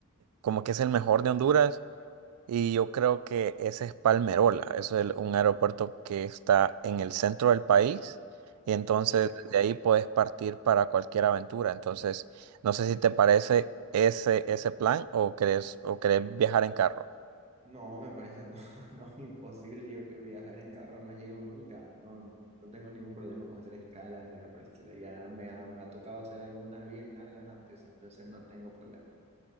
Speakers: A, on the right; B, on the right.
A: como que es el mejor de Honduras y yo creo que ese es Palmerola, eso es el- un aeropuerto que está en el centro del país y entonces
B: ok.
A: de ahí puedes partir para cualquier aventura. Entonces, no sé si te parece ese, ese plan o crees, o querés viajar en carro.
B: No, me parece, no, <laughs> no, imposible. Yo que viajar en carro no llego nunca. No, no tengo ningún problema con hacer escalas ni nada por el estilo. Ya me ha, me ha tocado hacer algunas bien largas antes, entonces no tengo problema.